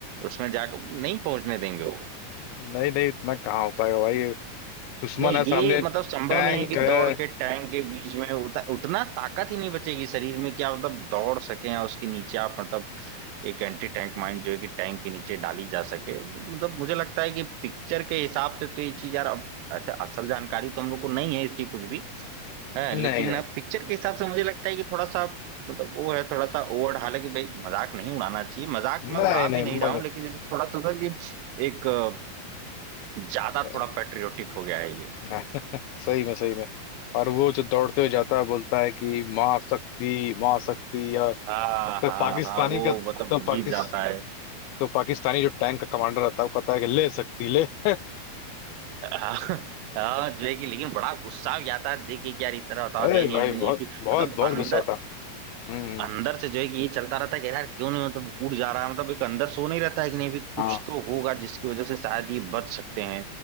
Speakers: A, on the right; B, on the left.
A: उसमें जाकर नहीं पहुंचने देंगे वो
B: नहीं नहीं इतना कहाँ हो पाएगा भाई दुश्मन
A: नहीं
B: है सामने
A: ये मतलब
B: टैंक
A: संभव नहीं है कि
B: है
A: दौड़ के टैंक के बीच में उत, उतना ताकत ही नहीं बचेगी शरीर में कि आप मतलब दौड़ सके या उसके नीचे आप मतलब एक एंटी टैंक माइन जो है कि टैंक के नीचे डाली जा सके मतलब मुझे लगता है कि पिक्चर के हिसाब से तो ये चीज यार अब ऐसे असल जानकारी तो हम लोग को नहीं है इसकी कुछ भी है
B: नहीं
A: लेकिन
B: नहीं
A: अब पिक्चर के हिसाब से मुझे लगता है कि थोड़ा सा मतलब वो है थोड़ा सा ओवर हालांकि भाई मजाक नहीं उड़ाना चाहिए मजाक
B: नहीं
A: मैं उड़ा
B: नहीं
A: भी नहीं रहा
B: मज
A: हूँ लेकिन जैसे थोड़ा सा था कि एक अ, ज्यादा थोड़ा
B: हाँ
A: पेट्रियोटिक हो गया है ये
B: <laughs> सही में सही में और वो जो दौड़ते हुए जाता है बोलता है कि माँ शक्ति माँ शक्ति या
A: हाँ
B: तो
A: हाँ
B: पाकिस्तानी
A: हाँ वो
B: का
A: मतलब
B: तो
A: गिर
B: पाकिस
A: जाता है
B: तो पाकिस्तानी जो टैंक का कमांडर रहता है वो कहता है कि ले सकती ले <laughs>
A: <laughs> हाँ हाँ, जो है कि लेकिन बड़ा गुस्सा भी आता है देख के कि यार इस तरह बताओ
B: अरे
A: जो है कि
B: भाई बहुत
A: कि
B: बहुत
A: मतलब
B: बहुत
A: अंदर
B: गुस्सा था हम्म
A: अंदर से जो है कि ये चलता रहता है कि यार क्यों नहीं मतलब उड़ जा रहा है मतलब एक अंदर सो नहीं रहता है कि नहीं भी कुछ
B: हाँ
A: तो होगा जिसकी वजह से शायद ये बच सकते हैं